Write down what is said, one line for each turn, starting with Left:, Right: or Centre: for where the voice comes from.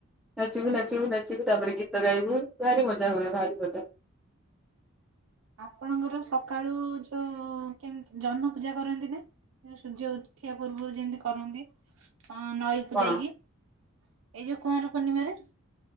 Centre: ନାଚିବୁ ନାଚିବୁ ନାଚିବୁ ତାପରେ ଗୀତ ଗାଇବୁ ଭାରି ମଜା ହୁଏ ଭାରି ମଜା
Right: ଆପଣଙ୍କର ସକାଳୁ ଯଉ କେ ଜହ୍ନ ପୂଜା କରନ୍ତି ନା। ସୂର୍ଯ୍ୟ ଉଠିବା ପୂର୍ବରୁ ଯେମିତି କରନ୍ତି। ହଁ ନଈ
Centre: କଣ?
Right: କ ଯାଇକି ଏଇ ଯୋଉ କୁଆଁର ପୂର୍ଣ୍ଣିମାରେ।